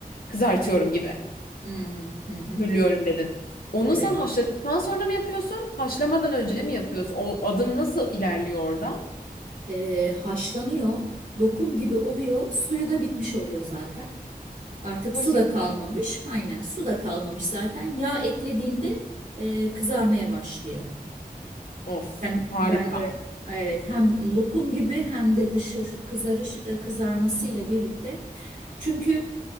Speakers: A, on the left (about 75°); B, on the right (about 55°).
A: Kızartıyorum gibi.
B: Hmm, hı hı,
A: Hürlüyorum dedin. Onu
B: evet.
A: sen haşladıktan sonra mı yapıyorsun? Haşlamadan önce mi yapıyorsun? O adım nasıl ilerliyor orada?
B: E, haşlanıyor, lokum gibi oluyor, suyu da bitmiş oluyor zaten. Artık
A: O
B: su
A: şekilde.
B: da kalmamış, aynen su da kalmamış zaten. Yağ eklediğinde e, kızarmaya başlıyor.
A: Of
B: Ben
A: harika.
B: ben öyle evet hem lokum gibi hem de dışı kızarış kızarması ile birlikte. Çünkü